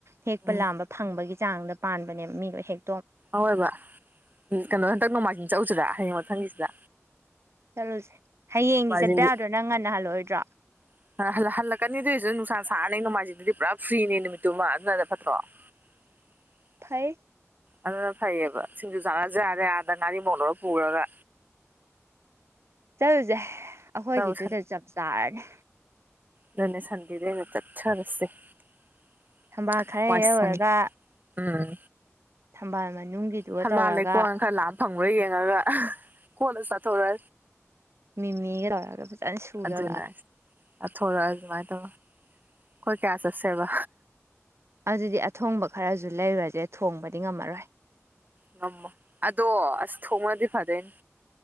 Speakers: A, on the right; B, on the right.
A: ꯍꯦꯛꯄ
B: ꯎꯝ
A: ꯂꯥꯝꯕ ꯐꯪꯕꯒꯤ ꯆꯥꯡꯗ ꯄꯥꯟꯕꯅꯦ ꯃꯤ ꯂꯣꯏ ꯍꯦꯛ
B: ꯑꯣꯏꯕ ꯀꯩꯅꯣ ꯍꯟꯗꯛ ꯅꯣꯡꯃꯥꯏꯖꯤꯡ ꯆꯠꯂꯨꯁꯤꯔ ꯍꯌꯦꯡ ꯃꯥꯊꯪꯒꯤꯁꯤꯗ
A: ꯆꯠꯂꯨꯁꯦ ꯍꯌꯦꯡꯗꯤ
B: ꯅꯣꯡꯃꯥꯏꯖꯤꯡꯗꯤ
A: ꯆꯠꯄ ꯌꯥꯗ꯭ꯔꯣ ꯅꯪ ꯉꯟꯅ ꯍꯜꯂꯛꯑꯣꯏꯗ꯭ꯔꯣ
B: <inaudible> ꯍꯜꯂꯛꯀꯅꯤ ꯑꯗꯨꯏꯁꯨ ꯅꯨꯡꯁꯥ ꯁꯥꯔꯅꯤ ꯅꯣꯡꯃꯥꯏꯖꯤꯡꯗꯨꯗꯤ ꯄꯨꯔꯥ ꯐ꯭ꯔꯤꯅꯦ ꯅꯨꯃꯤꯠꯇꯨꯃ ꯑꯗꯨꯅꯅ ꯐꯠꯇ꯭ꯔꯣ <inaudible>
A: ꯐꯩ
B: ꯑꯗꯨꯅ ꯐꯩꯌꯦꯕ ꯁꯤꯡꯖꯨ ꯆꯥꯅꯖ ꯌꯥꯗꯦ ꯑꯗꯅ ꯉꯥꯔꯤ ꯃꯣꯔꯣꯛ ꯂꯧꯔ ꯄꯨꯔꯒ
A: ꯆꯠꯂꯨꯁꯦ ꯑꯩꯈꯣꯏꯒꯤꯗꯨꯗ
B: ꯆꯠꯂꯨ
A: ꯆꯞ ꯆꯥꯔꯅꯤ
B: ꯑꯗꯨꯅꯤ ꯁꯟꯗꯦꯗꯥ ꯑꯣꯏꯅꯥ ꯆꯠꯊꯔꯁꯦ <unintelligible>
A: ꯊꯝꯕꯥꯜ ꯈꯔ
B: ꯎꯝ
A: ꯍꯦꯛꯎꯔꯒ ꯊꯝꯕꯥꯜ ꯃꯅꯨꯡꯒꯤꯗꯨꯒ
B: ꯊꯝꯅꯥ
A: ꯇꯧꯔꯒ
B: ꯂꯩꯀꯣꯟ ꯈꯔ ꯂꯥꯛ ꯐꯪꯉ꯭ꯔ ꯌꯦꯡꯉꯒ ꯀꯣꯠꯂꯥ ꯆꯥꯊꯣꯔ
A: ꯃꯤꯃꯤꯒꯤ ꯇꯧꯔꯒ ꯐꯖꯅ ꯁꯨꯔꯒ
B: ꯑꯗꯨꯅ ꯊꯣꯔꯛꯑ ꯑꯗꯨꯃꯥꯏꯅ ꯇꯧꯔ ꯑꯩꯈꯣꯏ ꯀꯌꯥ ꯆꯠꯁꯦꯕ
A: ꯑꯗꯨꯗꯤ ꯑꯊꯣꯡꯕ ꯈꯔꯁꯨ ꯂꯩꯔꯨꯔꯁꯦ ꯊꯣꯡꯕꯗꯤ ꯉꯝꯃꯔꯣꯏ
B: ꯉꯝꯃꯣ ꯑꯗꯣ ꯑꯁ ꯊꯣꯡꯉꯗꯤ ꯐꯗꯣꯏꯅꯦ